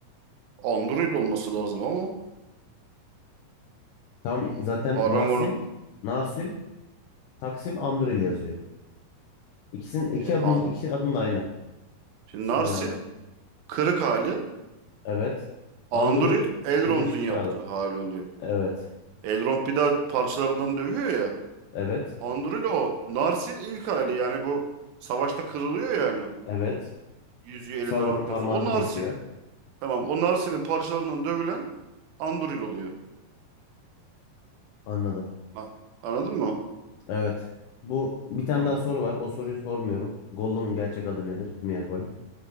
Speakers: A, on the right; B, on the left.
A: Anduril olması lazım ama
B: Tam zaten
A: Arangonok
B: Narsil Narsil Taksim Anduril yazıyor. İkisinin iki
A: yani
B: adım
A: An-
B: iki adım da aynı
A: Şimdi
B: silahın
A: Narsil
B: adı.
A: kırık hali.
B: Evet.
A: Anduril
B: Anduril
A: Elrond'un
B: Birleşmiş
A: yaptığı
B: Krallık.
A: hali oluyor.
B: Evet.
A: Elrond bir daha parçalarından dövüyor ya.
B: Evet.
A: Anduril o. Narsil ilk hali yani bu savaşta kırılıyor yani.
B: Evet.
A: Yüzüğü elinden
B: Sauron'un
A: aldıktan
B: parmağını
A: sonra. O Narsil.
B: kesiyor.
A: Tamam o Narsil'in parçalarından dövülen Anduril oluyor.
B: Anladım.
A: Ha, anladın mı?
B: Evet. Bu bir tane
A: Tamam.
B: daha soru var. O soruyu sormuyorum. Gollum'un gerçek adı nedir? Sméagol.